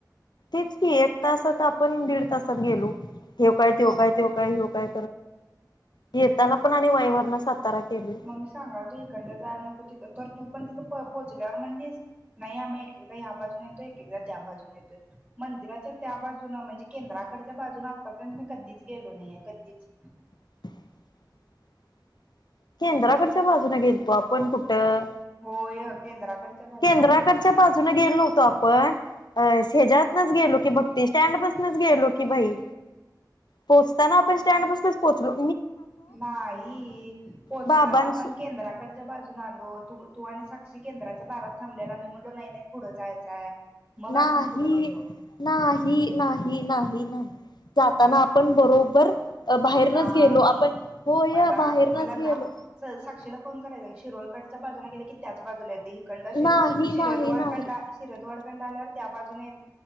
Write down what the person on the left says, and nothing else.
की एक तासात आपण दीड तासात गेलो हेव काय तेव काय तेव काय ह्यो काय येताना पण आणि वाई वरन सातारा केलोय.
<inaudible> केद्राकडच्या बाजून गेलतो आपण कुठं
केंद्राकडच्या
बाजूने गेलो नव्हतो आपण अ ह्याज्यातनच गेलो की भक्ती स्टँड पासनच गेलो की बाई पोचताना आपण स्टँडपासूनच पोचलो
बाबांस
नाही
नाही नाही नाही नाही जाताना आपण बरोबर बाहेरनच
गेलो आपण होय
बाहेरनच
गेलो
नाही
नाही नाही